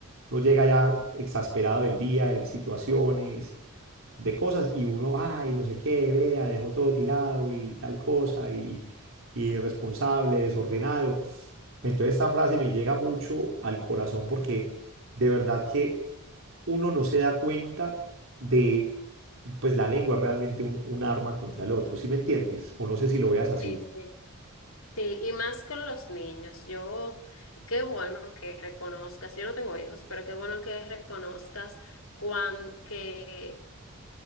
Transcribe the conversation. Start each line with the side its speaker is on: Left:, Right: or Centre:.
Right: uno llega ya exasperado del día, de situaciones de cosas y uno, ay, no sé qué, vea, dejó todo tirado y tal cosa y, y irresponsable, desordenado. Entonces esta frase me llega mucho al corazón porque de verdad que uno no se da cuenta de, pues la lengua es realmente un, un arma contra el otro, ¿sí me entiendes? O no sé si lo veas así.
Left: Sí, sí. Sí, y más con los niños. Yo, qué bueno que reconozcas, yo no tengo hijos, pero qué bueno que reconozcas cuán, que